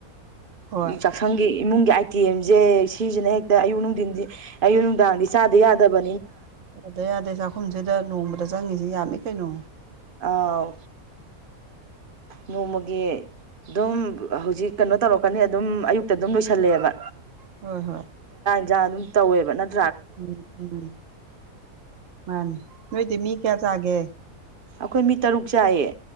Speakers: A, on the right; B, on the right.
A: ꯍꯣꯏ
B: ꯆꯁꯪꯒꯤ ꯏꯃꯨꯡꯦ ꯦꯝꯁꯦ ꯁꯤꯁꯤꯅ ꯍꯦꯛꯇ ꯑꯌꯨꯛ ꯅꯨꯡꯊꯤꯟꯁꯦ ꯑꯌꯨꯛ ꯅꯨꯡꯗꯥꯡꯗꯤ ꯆꯥꯗ ꯌꯥꯗꯕ
A: ꯌꯥꯗ ꯌꯥꯗꯦ ꯆꯥꯛꯈꯨꯝꯁꯤꯗ ꯅꯣꯡꯃꯗ ꯆꯪꯉꯤꯁꯤ ꯌꯥꯝꯃꯤ ꯀꯩꯅꯣ
B: ꯑꯥꯎ ꯅꯣꯡꯃꯒꯤ ꯑꯗꯨꯝ ꯍꯧꯖꯤꯛ ꯀꯩꯅꯣ ꯇꯧꯔꯛꯀꯅꯤ ꯑꯗꯨꯝ ꯑꯌꯨꯛꯇ ꯑꯗꯨꯝ ꯂꯣꯏꯁꯜꯂꯦꯕ
A: ꯍꯣꯏ ꯍꯣꯏ
B: ꯑꯣꯖꯥ ꯑꯗꯨꯝ ꯇꯧꯋꯦꯕ ꯅꯠꯇ
A: ꯎꯝ ꯎꯝ ꯃꯥꯅꯦ ꯅꯣꯏꯗꯤ ꯃꯤ ꯀꯌꯥ ꯆꯥꯒꯦ
B: ꯑꯩꯈꯣꯏ ꯃꯤ ꯇꯔꯨꯛ ꯆꯥꯏꯌꯦ